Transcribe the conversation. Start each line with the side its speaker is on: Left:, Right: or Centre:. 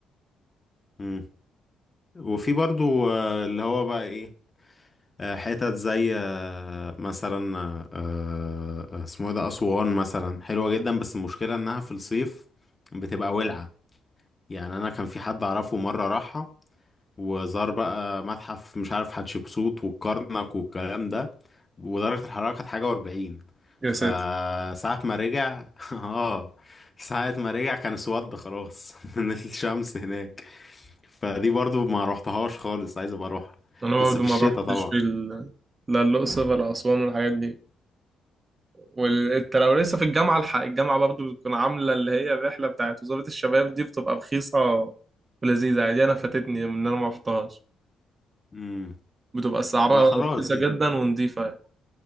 Left: امم وفي برضو آه، اللي هو بقى ايه آه، حتت زي آه، مثلا آه، آه، اسمه ايه ده أسوان مثلا حلوة جدا بس المشكلة انها في الصيف بتبقى ولعة يعني انا كان في حد اعرفه مرة راحها وزار بقى متحف مش عارف حتشبسوت والكرنك والكلام ده ودرجة الحرارة كانت حاجة وأربعين
Right: يا
Left: فساعة
Right: ساتر
Left: ما رجع <laughs> اه ساعة ما رجع كان اسود خلاص <laughs> من الشمس هناك فدي برضو ما روحتهاش خالص عايز ابقى اروحها
Right: انا برضه
Left: بس في
Right: ما
Left: الشتاء
Right: بحطش
Left: طبعا
Right: في ال... لا الاقصر ولا اسوان والحاجات دي وانت لو لسه في الجامعه الحق الجامعه برضه بتكون عامله اللي هي الرحله بتاعت وزاره الشباب دي بتبقى رخيصه ولذيذه عادي انا فاتتني من إن انا ما رحتهاش
Left: مم.
Right: بتبقى سعرها
Left: ما خلاص
Right: رخيصه
Left: يا
Right: جدا ونضيفه يعني.